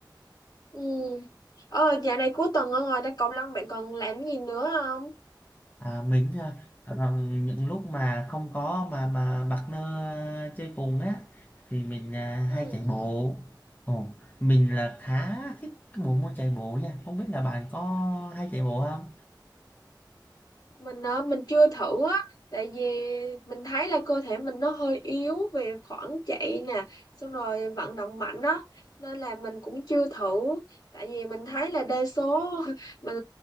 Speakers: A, on the left; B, on the left.
A: Ừ. Ờ, dạo này cuối tuần ở ngoài đá cầu lông bạn còn làm gì nữa không?
B: à mình à, rằng những lúc mà không có mà mà partner à, chơi cùng á thì mình à,
A: Ừ.
B: hay chạy bộ ồ mình là khá thích cái bộ môn chạy bộ nha không biết là bạn có hay chạy bộ không
A: Mình ờ, mình chưa thử á, tại vì mình thấy là cơ thể mình nó hơi yếu về khoảng chạy nè, xong rồi vận động mạnh á, nên là mình cũng chưa thử. Tại vì mình thấy là đa số <laughs> mình